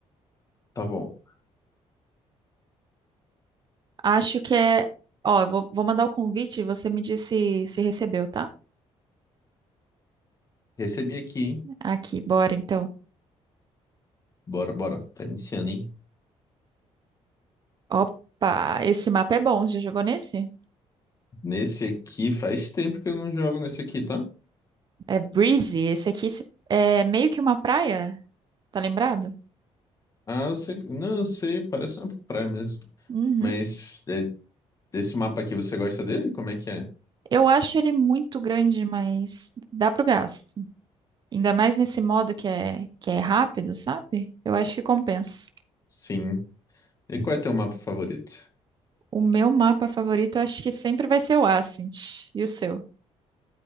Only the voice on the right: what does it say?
Acho que é. Ó, eu vou, vou mandar o convite e você me diz se, se recebeu, tá?
Aqui, bora então.
Opa, esse mapa é bom, você já jogou nesse?
É Breezy, esse aqui é meio que uma praia, tá lembrado?
Uhum.
Eu acho ele muito grande, mas dá pro gasto. Ainda mais nesse modo que é, que é rápido, sabe? Eu acho que compensa.
O meu mapa favorito, eu acho que sempre vai ser o Ascent. E o seu?